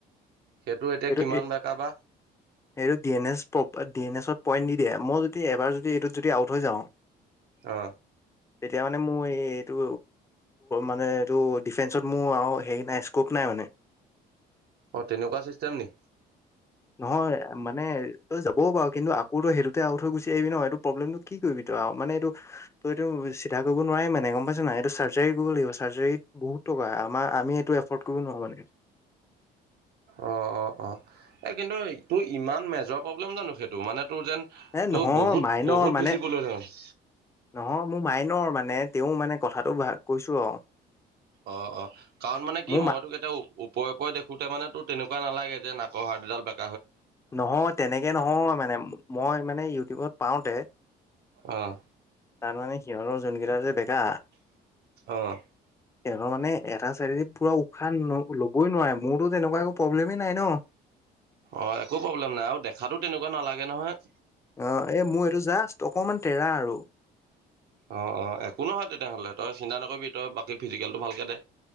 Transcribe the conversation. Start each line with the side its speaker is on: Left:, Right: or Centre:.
Right: সেইটো এতিয়া
Left: এইটো
Right: কিমান
Left: এ
Right: বেকা বা
Left: এইটো ডি এন এছ প্ৰ ডি এন এছত পইণ্ট দি দিয়ে, মই যদি এবাৰ যদি এইটোত যদি আউট হৈ যাওঁ
Right: অ
Left: তেতিয়া মানে মোৰ এই এইটো মানে এইটো ডিফেন্সত মোৰ আৰু হেৰি নাই স্কোপ নাই মানে।
Right: অ তেনেকুৱা চিষ্টেম নি।
Left: নহয় মানে তই যাবও পাৰ, কিন্তু আকৌ তো সেইটোতে আউট হৈ গুছি আহিবি নহয় এইটো প্ৰব্লেমটো কি কৰিবি তই। মানে এইটো তই এইটো চিধা কৰিব নোৱাৰি মানে গম পাইছ ন এইটো চাৰ্জাৰী কৰিব লাগিব। চাৰ্জাৰীত বহুত ট আমাৰ আমি এইটো এফৰ্ড কৰিব নোৱাৰো মানে।
Right: অ' অ' অ' এই কিন্তু এইটো ইমান মেজৰ প্ৰব্লেম জানো সেইটো? ত' মানে তোৰ যেন
Left: এ
Right: তোৰ
Left: নহয়
Right: বহুত
Left: মাইনৰ
Right: বহুত
Left: মানে
Right: ভিজিবল হৈ থাক।
Left: নহয় মোৰ মাইনৰ মানে তেওঁ মানে কথাটো ভা কৈছো আৰু।
Right: অ' অ' কাৰণ মানে কি
Left: মোৰ
Right: মই তোক এতিয়াও ওপৰে ওপৰে দেখোতে মানে তোৰ তেনেকুৱা নালাগে। যে নাক হাড়দিডাল বে
Left: নহয় তেনেকে নহয় মানে, মই মানে ইউটিউবত পাওঁতে
Right: অ'।
Left: তাৰমানে সিহঁতৰ যোনকেইটা যে বেকা
Right: অ',
Left: সিহঁৰ মানে এটা চাইডেদি পুৰা উশাহ লবৈ নোৱাৰে, মোৰতো তেনেকুৱা একো প্ৰব্লেমেই নাই ন।
Right: অ' একো প্ৰব্লেম নাই, আৰু দেখাতো তেনেকুৱা নালাগে নহয়।
Left: অ' এই মোৰ এইটো জাষ্ট অকনমান টেৰা আৰু।
Right: অ' অ' একো নহয় তেনেহ'লে তই চিন্তা নকৰিবি, তই বাকী ফিজিকেলটো ভালকে দে।